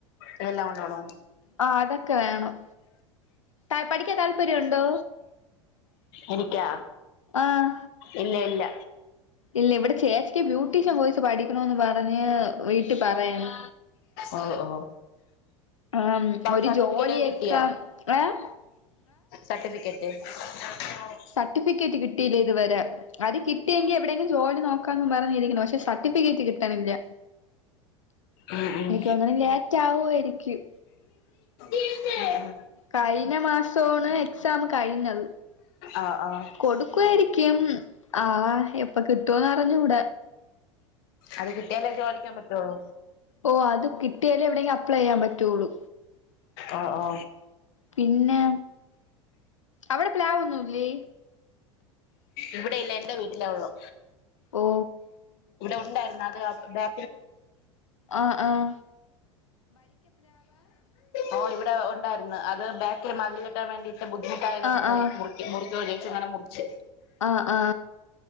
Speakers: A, on the left (about 50°); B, on the left (about 75°).
A: ഇതെല്ലാം കൊണ്ടോണോ?
B: ആഹ് അതൊക്കെ വേണം. പഠിക്കാൻ താല്പര്യം ഒണ്ടോ?
A: എനിക്കാ
B: ആഹ്
A: ഇല്ല ഇല്ല.
B: ഇല്ല, ഇവിടെ ചേച്ചിക്ക് ബ്യൂട്ടീഷ്യൻ കോയ്സ് പഠിക്കണമെന്ന് പറഞ്ഞ് വീട്ടിൽ പറയണ്.
A: ഓഹ് ഓഹ്
B: ആഹ് ഒരു
A: സർട്ടിഫിക്കറ്റ്
B: ജോലിയൊക്കെ
A: ഒക്കെ കിട്ടിയ?
B: ഏഹ്
A: സർട്ടിഫിക്കറ്റ്. <unintelligible>
B: സർട്ടിഫിക്കേറ്റ് കിട്ടിയില്ല ഇത് വരെ. അത് കി കിട്ടിയെങ്കിൽ എവിടെങ്കിലും ജോലി നോക്കാന്ന് പറഞ്ഞരിക്കണു. പക്ഷെ സർട്ടിഫിക്കട്ട്ണില്ല.
A: ഉം ഉം,
B: തോന്നുന്നു ലേറ്റ് ആവുമായിരിക്കും
A: ഉം.
B: കഴിഞ്ഞ മാസമാണ് എക്സാം കഴിഞ്ഞത്.
A: ആഹ് ആഹ്
B: കൊടുക്കായിരിക്കും. ക്കും. ആഹ്, എപ്പൊ കിട്ടുവന്ന് അറിഞ്ഞൂട.
A: അത് കിട്ടിയാല ജോലിക്കോവാൻ പറ്റുള്ളൂ?
B: ഓ, അത് കിട്ടിയാലേ എവിടെയെങ്കി അപ്ളെ ചെയ്യൻ പറ്റയുള്ളൂ.
A: ഒ ഓ.
B: പിന്നെ... അവിടെ പ്ലാവൊന്നില്ലേ?
A: ഇവിടെ ഇല്ല. എ്ന്റെ വീട്ടില ഉള്ളു.
B: ഓ
A: ഇവിടെ ഉണ്ടായിരുന്നു അത് ബാ
B: ആ ആഹ.
A: ഓ ഇവിടെ ഉണ്ടായിരുന്നു അത് ബാക്കില് മതിൽ കെട്ടാൻ വേണ്ടിട്ട്. ബുദ്ധിമുട്ടായതോണ്ട്
B: ആഹ്
A: മുർ
B: ആഹ്
A: മുർ മുറിച്ചോരെച്ച്, അങ്ങനെ മുറിച്ച്.
B: ആ ആ